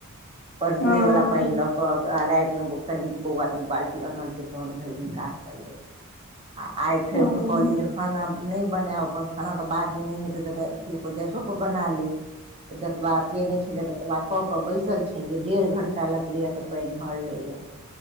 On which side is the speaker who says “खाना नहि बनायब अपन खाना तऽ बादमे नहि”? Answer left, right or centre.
Right